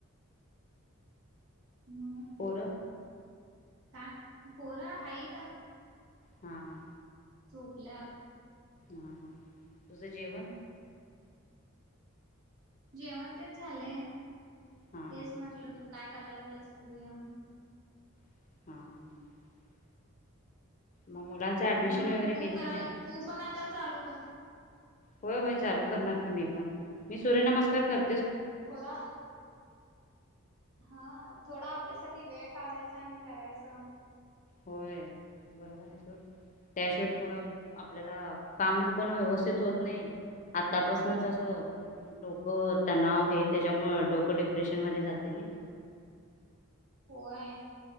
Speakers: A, on the right; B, on the left.
A: म
B: पोर
A: का पोर हाईत.
B: हा हा
A: झोपल्यात
B: हा हा तुज जेवन?
A: जेवण तेण झालय
B: हा
A: तेच
B: हा
A: म्हटलं तू काय करायला लागल्यास बघूया.
B: <inaudible> मग मुलांच ऍडमिशन
A: मग
B: वगैरे
A: तू
B: केलीस
A: कर,
B: काय
A: तू पण आता चालू कर.
B: होय, होय चालू करणार की मी पण मी सूर्य नमस्कार कर
A: थोडा. हा थोडा आपल्यासाठी वेळ काढायचा आणि करायच.
B: होय बरोबर आहे सो त्याशिवाय पुढ आपल्याला काम पण व्यवस्थित होत नाही आतापासूनच अस ह डोक हो तणाव हे त्याच्या मुळ डोक डिप्रेशन मध्ये जातय नई.
A: होय